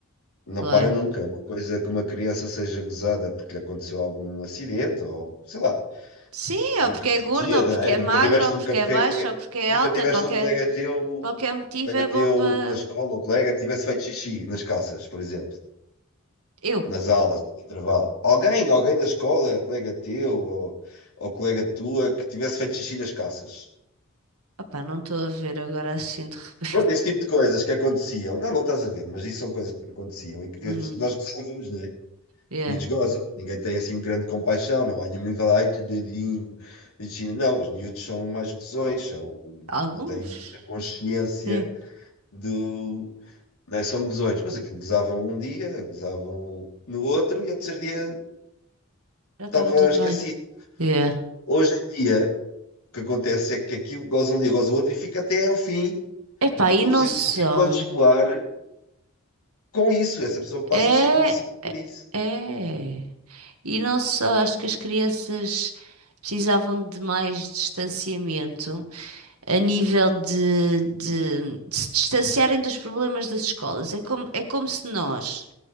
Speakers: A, on the left; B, on the right.
A: Não
B: claro.
A: para nunca. Uma coisa que uma criança seja gozada porque lhe aconteceu algum acidente ou sei lá, Por
B: Sim,
A: exemplo,
B: ou porque
A: que acontecia,
B: é gordo ou
A: não
B: porque
A: é?
B: é
A: Nunca
B: magro
A: tiveste
B: ou
A: um
B: porque
A: café,
B: é baixo ou porque é
A: nunca
B: alta,
A: tiveste
B: qualquer,
A: um colega teu,
B: qualquer motivo
A: colega
B: é
A: teu
B: bom para.
A: na escola, ou colega que tivesse feito xixi nas calças, por exemplo,
B: Eu.
A: nas aulas, no intervalo. Alguém, alguém na escola, colega teu ou, ou colega tua, que tivesse feito xixi nas calças.
B: Opá, não estou a ver agora assim de repente.
A: Pronto,
B: <laughs>
A: esse tipo de coisas que aconteciam. Não, não estás a ver, mas isso são coisas que aconteciam e que
B: Uhum,
A: as pessoas- nós gostávamos, não é?
B: yeah.
A: Os miúdos gozam, ninguém tem assim grande compaixão, não há nenhum nível, ai, teu dedinho, Virginia. Não, os miúdos são mais gozões, são,
B: Alguns?
A: não têm muita consciência
B: Sim,
A: do. Né, são gozões, mas aquilo gozavam um dia, gozavam no outro e ao terceiro dia
B: já
A: estava
B: estava tudo
A: esquecido.
B: bem. Yeah.
A: Hoje em dia, o que acontece é que aquilo goza um dia, goza o outro e fica até ao fim.
B: Epá, e
A: Estou
B: não
A: precisando
B: só.
A: do fim do ano escolar com isso. Essa pessoa passa
B: É.
A: a ser conhecida por
B: É.
A: isso.
B: é. E não só, acho que as crianças precisavam de mais distanciamento a nível de, de- de se distanciarem dos problemas das escolas. É como, é como se nós